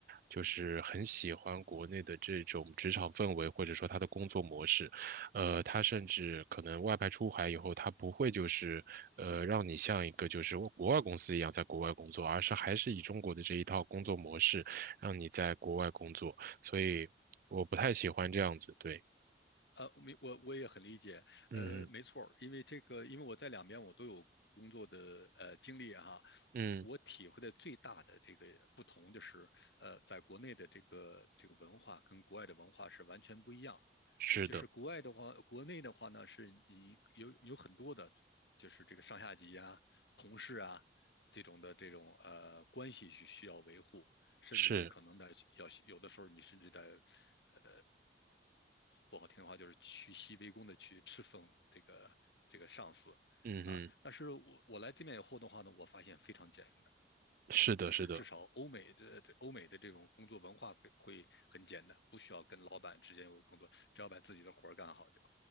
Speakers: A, on the right; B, on the left.
A: 就是很喜欢国内的这种职场氛围，或者说他的工作模式。呃，他甚至可能外派出海以后，他不会就是呃让你像一个就是国外公司一样在国外工作，而是还是以中国的这一套工作模式让你在国外工作。所以我不太喜欢这样子。对，
B: 呃，没我我也很理解，
A: 嗯嗯
B: 呃，没错，因为这个因为我在两边我都有。工作的呃经历啊哈、啊我我体会的最大的这个不同就是，
A: 嗯，
B: 呃，在国内的这个这个文化跟国外的文化是完全不一样。
A: 是的，
B: 就是国外的话，国内的话呢，是你有有很多的，就是这个上下级啊、同事啊这种的这种呃关系需需要维护，甚至你可能的要有的时候你甚至在
A: 是，
B: 呃不好听的话就是屈膝为恭的去侍奉这个这个上司
A: 嗯哼，
B: 啊。但是我我来这边以后的话呢，我发现非常简单。
A: 是的，
B: 就是至少欧美的这欧美的这种工作文化会会很简单，
A: 是的，
B: 不需要跟老板之间有工作，只要把自己的活儿干好就